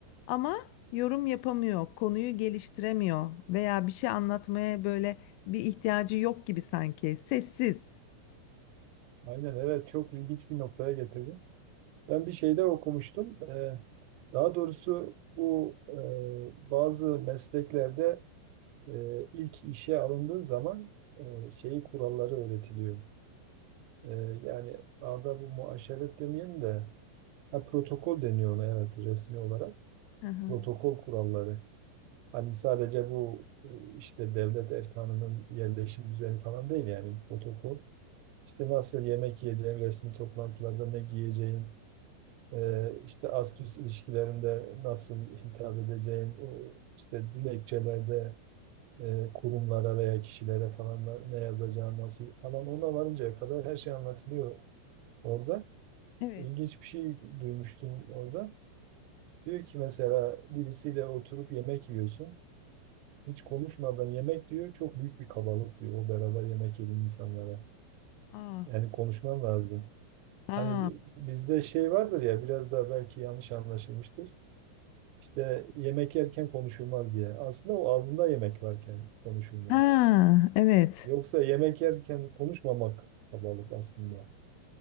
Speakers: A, on the left; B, on the right.
A: ama yorum yapamıyor, konuyu geliştiremiyor veya bir şey anlatmaya böyle bir ihtiyacı yok gibi sanki. Sessiz.
B: Aynen evet çok ilginç bir noktaya getirdin. Ben bir şeyde okumuştum. Ee, daha doğrusu bu e, bazı mesleklerde e, ilk işe alındığın zaman e, şeyi kuralları öğretiliyor. E, yani arada bu muaşeret demeyelim de ha, protokol deniyor ona evet resmi olarak.
A: Hı hı.
B: Protokol kuralları. Hani sadece bu e, işte devlet erkanının yerleşim düzeni falan değil yani protokol. İşte nasıl yemek yiyeceğin, resmi toplantılarda ne giyeceğin, e, işte ast üst ilişkilerinde nasıl hitap edeceğin, o işte dilekçelerde e, kurumlara veya kişilere falan da ne yazacağı nasıl falan ona varıncaya kadar her şey anlatılıyor orada.
A: Evet.
B: İlginç bir şey duymuştum orada. Diyor ki mesela birisiyle oturup yemek yiyorsun. Hiç konuşmadan yemek diyor çok büyük bir kabalık diyor o beraber yemek yediğin insanlara.
A: Ah,
B: Yani konuşman lazım.
A: ah,
B: Hani bi- bizde şey vardır ya biraz daha belki yanlış anlaşılmıştır. İşte yemek yerken konuşulmaz diye. Aslında o ağzında yemek varken konuşulmaz.
A: ha, evet.
B: Yoksa yemek yerken konuşmamak kabalık aslında.